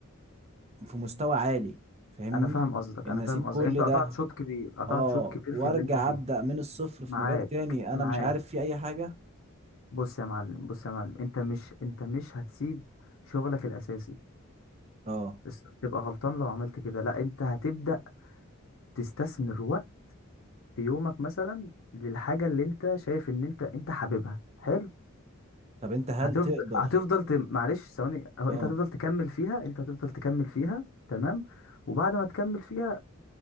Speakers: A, on the right (about 30°); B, on the left (about 65°).
A: في مستوى عالي فاهمني
B: أنا فاهم قصدك،
A: ان
B: أنا
A: اسيب
B: فاهم قصدك،
A: كل
B: أنت قطعت
A: ده
B: شوط كبير، قطعت
A: اه
B: شوط كبير
A: وارجع
B: في اللي أنت فيه،
A: ابدا من الصفر في
B: معاك،
A: مجال تاني
B: معاك،
A: انا مش عارف فيه اي حاجه
B: بُص يا معلم، بُص يا معلم، أنت مش أنت مش هتسيب شغلك الأساسي،
A: اه
B: بس تبقى غلطان لو عملت كده، لأ أنت هتبدأ تستثمر وقت يومك مثلًا للحاجة اللي أنت شايف إن أنت أنت حاببها، حلو،
A: طب انت هل
B: هتفض
A: تقدر
B: هتفضل ت معلش ثواني، هو
A: اه
B: أنت هتفضل تكمّل فيها، أنت هتفضل تكمّل فيها تمام، وبعد ما تكمّل فيها